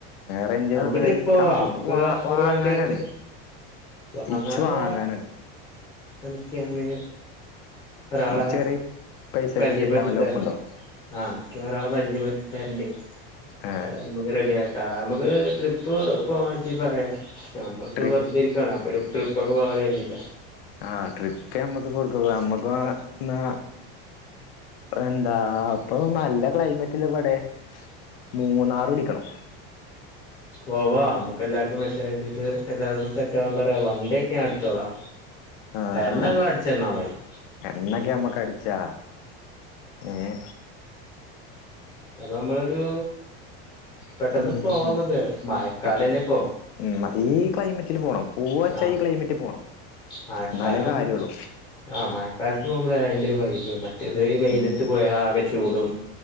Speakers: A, on the left; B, on the left.
A: റെന്റിന്
B: നമുക്ക്
A: കൊടുക്കണ
B: ട്രിപ്പ് പോവാ നമുക്ക്
A: വാ വാങ്ങാനാണ്
B: ഒരു വണ്ടി എടുത്ത് വാങ്ങാന്
A: ഇച്ച് വാങ്ങാനാണ്
B: എനിക്കങ്ങനെ ഒരാളെ
A: ചെറിയ പൈസക്ക്
B: പരിചയപ്പെടുത്തി
A: കിട്ടാൻ വല്ല
B: തരണ്ട്
A: ഒപ്പുണ്ടോ
B: ആ അനക്ക് ഞാനൊരാളപരിചയപ്പെടുത്തി തരണ്ട്
A: ഏഹ്
B: അത് നമ്മുക്ക് റെഡിയാ ക്കാം നമ്മക്ക് ട്രിപ്പ് പോവാജ്ജ് പറയെ നമ്മളിപ്പോ
A: ട്രി
B: വെറുതെ ഇരിക്കാണ് അപ്പൊരു ട്രിപ്പൊക്കെ പോവലോ കര്തീട്ടാ
A: ആ ട്രിപ്പ് ഞമ്മക്ക് കൊടുക്ക പോവ മ്മക്ക് ന്നാ എന്താ ഇപ്പൊ നല്ല ക്ലൈമറ്റല്ലേ ഇവടെ മൂന്നാറ് പിടിക്കണം
B: പോവാ മ്മക്ക് എല്ലാവർക്കും മെസ്സേജയച്ചിട്ട് എല്ലാവർക്കും സെറ്റാവാൻ പറയാ വ ണ്ടിയൊക്കെ ഞാൻ എടുത്തോളാ
A: ആഹ്
B: എണ്ണങ്ങളടിച്ചന്നാൽ
A: ആഹ്
B: മതി
A: എണ്ണൊക്കെ നമ്മക്ക് അടിച്ചാ ഏ
B: അപ്പൊ നമ്മളൊരു പെട്ടന്ന്
A: ഉം
B: പോവാമ്മക്ക് മഴക്കാലല്ലേ
A: പെട്ടെന്ന്
B: ഇപ്പോ
A: ഉം ഈ ക്ലൈമറ്റിൽ പോണം പൂവച്ച
B: ആഹ്
A: ഈ ക്ലൈമറ്റിൽ പോണം
B: മഴക്കാലം
A: എന്നാലേ കാര്യള്ളൂ
B: ആ മഴക്കാലത്ത് പോകുമ്പോള അതിന്റെ ഒരു വൈബ് മ റ്റത് വെയിലത്ത്
A: ഉം
B: പോയാ ആകെ ചൂടും